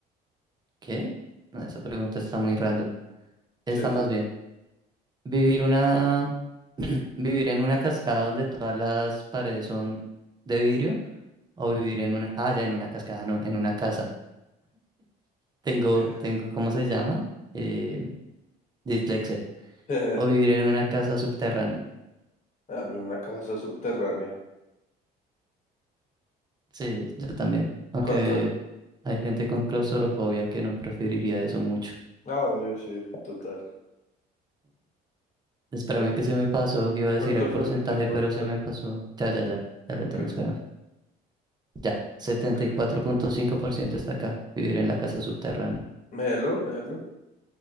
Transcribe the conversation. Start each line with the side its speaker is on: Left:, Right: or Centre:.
Right: ¿Qué? No, esa pregunta está muy random. Está
Left: Sí,
Right: más
Left: sí.
Right: bien. Vivir una. <clears throat> Vivir en una cascada donde todas las paredes son de vidrio. O vivir en una. Ah, ya, en una cascada, no, en una casa. Tengo,
Left: ok.
Right: tengo, ¿cómo se llama? Eh, dislexia.
Left: <laughs>
Right: O vivir en una casa subterránea.
Left: Ah, vi una casa subterránea.
Right: Sí, yo también. Aunque
Left: ¿Cuánto
Right: hay gente con claustrofobia que no preferiría eso mucho.
Left: Ah, obvio, sí, total.
Right: Espérame
Left: Ay,
Right: que se me pasó. Iba a decir
Left: ¿cuánto
Right: el porcentaje,
Left: fue el porcentaje?
Right: pero se me pasó. Ya, ya, ya. Ya lo
Left: Ok,
Right: tengo, espérame. Ya. Setenta
Left: ok.
Right: y cuatro punto cinco por ciento está acá. Vivir en la casa subterránea.
Left: Melo, melo.